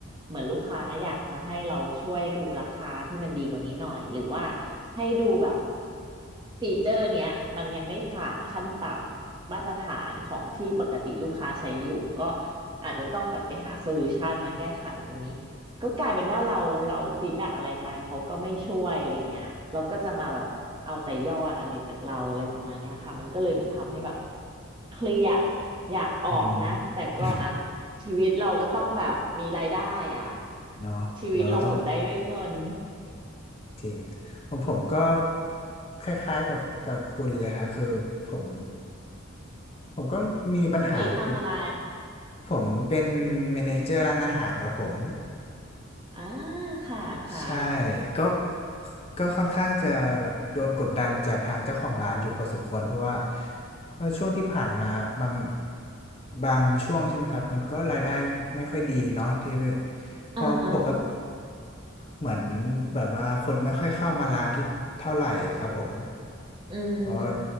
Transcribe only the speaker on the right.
เหมือนลูกค้าอยากจะให้เราช่วยดูราคาที่มันดีกว่านี้หน่อยหรือว่าให้ดูแบบฟีเจอร์เนี้ยมันยังไม่ผ่านขั้นต่ำมาตรฐานของที่ปกติลูกค้าใช้อยู่ก็อาจจะต้องแบบไปหาโซลูชันมาแก้ไขตรงนี้ ก็กลายเป็นว่าเราเราฟีดแบ็กอะไรไปเขาก็ไม่ช่วยอะไรเงี้ยเราก็จะมาแบบเอาแต่ยอดอะไรจากเราอะไรประมาณเนี้ยค่ะมันก็เลยเหมือนทำให้แบบเครียดอยากออกนะแต่ก็อ่ะ
ชีวิตเราก็ต้องแบบมีรายได้อ่ะ
ชีวิตเราหมุนได้ด้วยเงิน
คุณตีทำอะไร
อ่าค่ะค่ะ
อ่าฮะ
อืมอืม